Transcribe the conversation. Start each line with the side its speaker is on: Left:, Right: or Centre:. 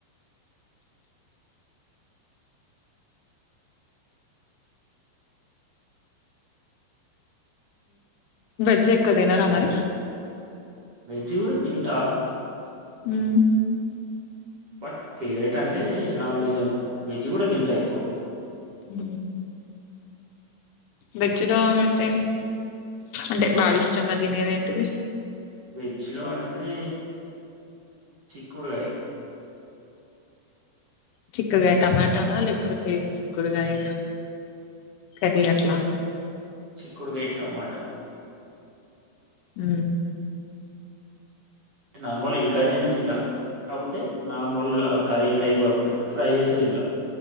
Left: వెజ్ ఎక్కువ తినర మరి
Right: వెెజీ కూడ తింటా
Left: హుమ్మ్
Right: బట్ ఫేవరెట్ అంటే నాన్ వెజ్ అనుకో వెజ్ కూడా తింటా ఎక్కువ
Left: అ వెజ్జ్ లో అయితే అంటే బాగా ఇష్టంగా తినేది ఏంటిది
Right: వెజ్ లో అంటే చిక్కుడుకాయ
Left: చిక్కుడుగాయ టమాటోనా లేకపోతే చిక్కుకిగాయ కర్రీ అట్లా
Right: చిక్కుడుకయ్ టమాట
Left: హ
Right: అంటే నార్మల్ ఏ కర్రీ అయినా తింటా కాకపోతే నార్మల్గా కర్రీ టైప్ కాకుండా ఫ్రై చేస్తే తింటాం